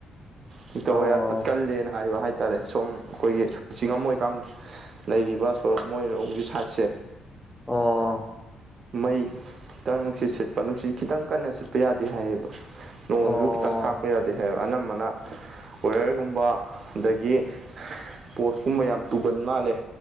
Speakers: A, on the right; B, in the centre.
A: ꯍ‌ꯦꯛꯇ
B: ꯑꯣ
A: ꯋꯥꯏꯌꯥꯔ ꯇꯠ ꯀꯜꯂꯦꯅ ꯍꯥꯏꯕ ꯍꯥꯏ ꯇꯥꯔꯦ ꯁꯣꯝ ꯑꯩꯈꯣꯏꯒꯤ ꯆꯤꯡꯉꯝꯃꯣꯏ ꯀꯥꯡ ꯂꯩꯔꯤꯕ ꯁꯣꯔ‌ꯣꯛ ꯃꯣꯏꯔꯣꯝꯒꯤ ꯁꯥꯏꯠꯁꯦ
B: ꯑꯣ
A: ꯃꯩ ꯇꯪ ꯅꯨꯡꯁꯤꯠ ꯁꯤꯠꯄ ꯅꯨꯡꯁꯤꯠ ꯈꯤꯇꯪ ꯀꯟꯅ ꯁꯤꯠꯄ ꯌꯥꯗꯦ ꯍꯥꯏꯌꯦꯕ ꯅꯣꯡꯖꯨ
B: ꯑꯣ
A: ꯈꯤꯇꯪ ꯈꯥꯛꯄ ꯌꯥꯗꯦ ꯍꯥꯏꯕ ꯑꯅꯝꯕꯅ ꯋꯦꯌꯔꯒꯨꯝꯕ ꯑꯗꯒꯤ ꯄꯣꯁꯀꯨꯝꯕ ꯌꯥꯝ ꯇꯨꯒꯟ ꯃꯥꯜꯂꯦ